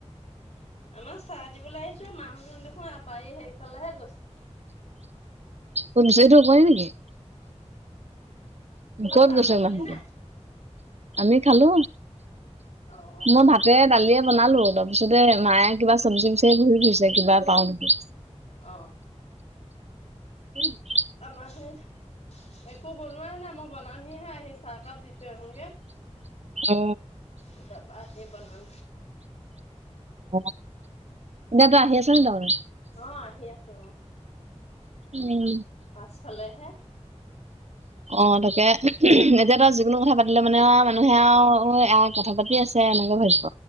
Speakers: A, on the left; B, on the right.
A: আমাৰ চাহ দিবলৈ আহিছোঁ মানুহজন দেখোন আপাৰি সেইফালেহে গৈছে।
B: কোনটো এইটো কৰে নেকি?
A: তাৰপা
B: কত
A: চাহ
B: গৈছো
A: তাহ খালি
B: মানুহটো
A: নাই?
B: আমি খালো
A: অ', অ'।
B: মই ভাত ভাতে দালিয়ে বনালো, তাৰপিছতে মায়ে কিবা চবজি বিচাৰি ঘুৰি ফুৰিছে কিবা পাও নেকি।
A: অ,
B: <unintelligible>
A: আমাহে এক একো বনোৱাই নাই মই বনামহিহে আহি চাহকাপ দি থৈ আহোগে।
B: অ
A: এতিয়া বাদ হে বনাম।
B: অ, দেতা আহি আছে নিকি তহঁতৰ?
A: অ, আহি আছো।
B: উম।
A: পাছফালেহে।
B: অ তাকে উহুহুম, এতিয়া তো যিকোনো কথা পাতিলে মানে মানুহে আৰু কথা পাতি আছে এ এনেকে ভাবিব।